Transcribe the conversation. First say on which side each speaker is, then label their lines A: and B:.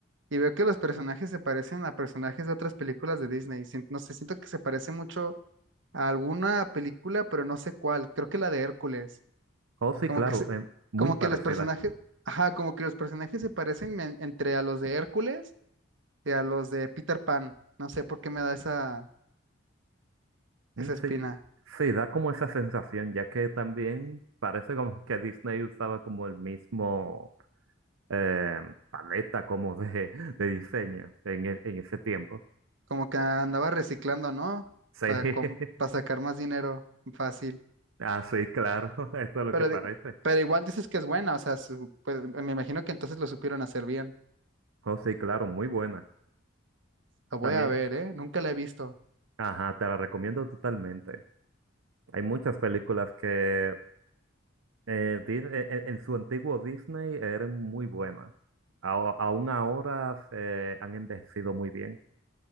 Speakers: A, on the right (about 70°); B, on the right (about 85°).
A: Y veo que los personajes se parecen a personajes de otras películas de Disney. Sien- No sé, siento que se parece mucho a alguna película, pero no sé cuál. Creo que la de Hércules.
B: Oh, sí,
A: Como
B: claro,
A: que se,
B: eh, muy
A: como
B: parecida.
A: que los personajes, ajá, como que los personajes se parecen en- entre a los de Hércules y a los de Peter Pan. No sé por qué me da esa,
B: Mm,
A: esa espina.
B: Sí, sí, da como esa sensación, ya que también parece como que Disney usaba como el mismo eh, paleta como de, <laughs> de diseño en, e- en ese tiempo.
A: Como que andaba reciclando, ¿no?
B: Sí,
A: Para,
B: <laughs>
A: para sacar más dinero fácil.
B: ah, sí, claro, <laughs> eso es lo
A: Pero,
B: que parece.
A: de- pero igual dices que es buena, o sea, su- pues, me imagino que entonces lo supieron hacer bien.
B: Oh, sí, claro, muy buena.
A: La voy
B: También,
A: a ver, ¿eh? Nunca la he visto.
B: ajá, te la recomiendo totalmente. Hay muchas películas que eh, Dis- e- e- en su antiguo Disney eran muy buenas. Ao- aún ahora se han envejecido muy bien.